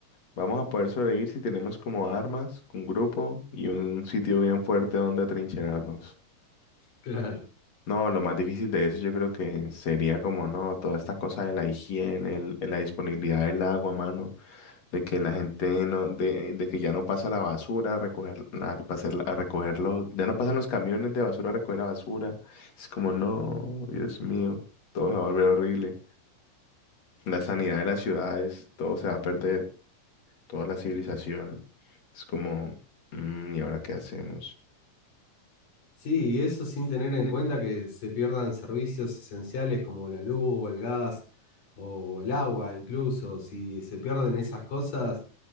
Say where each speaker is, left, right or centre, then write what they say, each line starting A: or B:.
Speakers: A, on the left (about 50°); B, on the left (about 70°).
A: Vamos a poder sobrevivir si tenemos como armas, un grupo y un sitio bien fuerte donde atrincherarnos.
B: <laughs> claro.
A: No, lo más difícil de eso yo creo que sería como, no, toda esta cosa de la higiene, el- la disponibilidad del agua, mano, de que la gente no, de, de que ya no pasa la basura a recoger, la- a pasar- a recogerlo, ya no pasan los camiones de basura a recoger la basura. Es como, no, Dios mío, todo se va a volver horrible. La sanidad de las ciudades, todo se va a perder. toda la civilización. Es como, "Mm, ¿y ahora qué hacemos?
B: Sí, y eso sin tener en
A: Bueno,
B: cuenta que se pierdan servicios esenciales como la luz o el gas o el agua, incluso. Si se pierden esas cosas,